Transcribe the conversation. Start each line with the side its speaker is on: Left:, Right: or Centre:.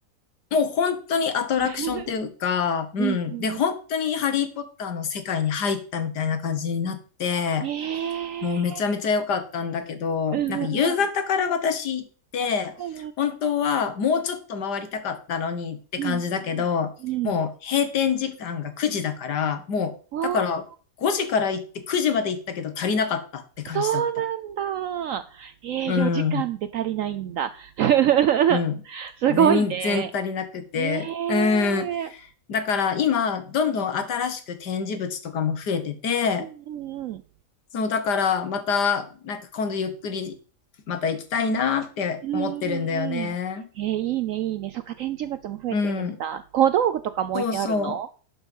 Left: もう本当にアトラクションというか、
Right: <laughs>
Left: うん。
Right: うんうん
Left: で、本当にハリーポッターの世界に入ったみたいな感じになって、
Right: ええ
Left: もうめちゃめちゃ良かったんだけど、
Right: ーうんうんう
Left: なんか夕方から私行って、
Right: ん。
Left: 本当はもうちょっと回りたかったのにって感じだけど、
Right: うんうんうん。うんうんうん。
Left: もう閉店時間が9時だから、もう、
Right: おー、
Left: だから5時から行って9時まで行ったけど足りなかったって感じだった。
Right: そうなんだ。ええ4時間で足りないんだ。
Left: うん、
Right: <laughs>
Left: うん。
Right: すごいね。
Left: 全然足りなくて、
Right: ええ
Left: うん。
Right: ー
Left: だから今、
Right: う
Left: どんどん新しく展示物とかも増えてて、
Right: んうんうん。
Left: そう、だからまた、なんか今度ゆっくりまた行きたいなって思ってるんだよね。
Right: うんうんうん。ええいいね、いいね。そっか、展示物も増えてるんだ。
Left: うん。
Right: 小道具とかも置いてあるの
Left: そうそう。